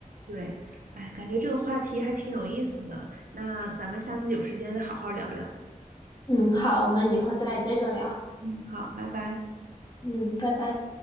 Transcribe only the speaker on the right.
对，哎，感觉这个话题还挺有意思的，那咱们下次有时间再好好聊聊。
嗯，好，拜拜。